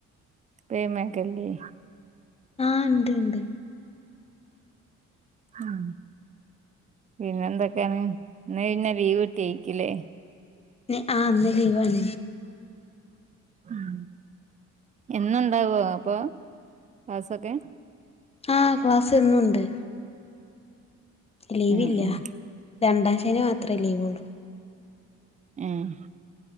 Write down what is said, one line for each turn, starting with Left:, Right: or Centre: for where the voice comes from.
Right: പ്രേമക്കല്ലി
Left: ആഹ് ഇണ്ട് ഇണ്ട്
Right: ആഹ പിന്നെ എന്തൊക്കേണ് ഇന്ന് പിന്നെ ലീവ് കിട്ട്യേക്ക്യുലെ
Left: എ ആ ഇന്ന് ലീവാണ്
Right: ഉം എന്നുണ്ടാവോ അപ്പൊ ക്ളാസൊക്കെ
Left: ആഹ് ക്ലാസ് എന്നുണ്ട് ലീവില്ല
Right: ഉം ഉം
Left: രണ്ടാം ശനി മാത്രേ ലീവുള്ളു
Right: ഏഹ്